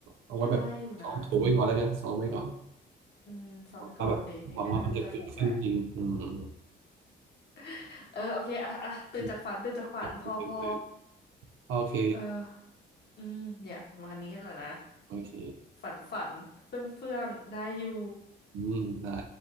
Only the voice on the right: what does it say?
เอาไว้แบบซ้อมถูไว้ก่อนแล้วกันซ้อมไว้ก่อน
หวังว่าแบบหวังว่ามันจะเกิดขึ้นจริงอืม
อืมตื่นตื่นโอเค
โอเค
อืมได้